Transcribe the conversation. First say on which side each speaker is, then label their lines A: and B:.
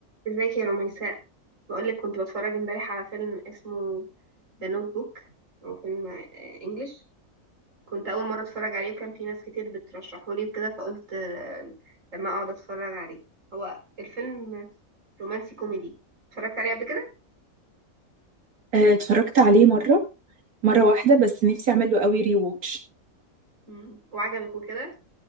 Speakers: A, on the right (about 60°); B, on the right (about 80°).
A: ازيك يا رميساء بقولك كنت بتفرج امبارح على فيلم اسمه ذا نوت بوك هو فيلم آه، انجليش كنت اول مره اتفرج عليه وكان في ناس كتير بترشحه لي وكده فقلت آه، لما اقعد اتفرج عليه هو الفيلم رومانسي كوميدي اتفرجت عليه قبل كده
B: آه، اتفرجت عليه مرة مرة واحدة بس نفسي اعمل له قوي ري ووتش
A: مم. وعجبك وكده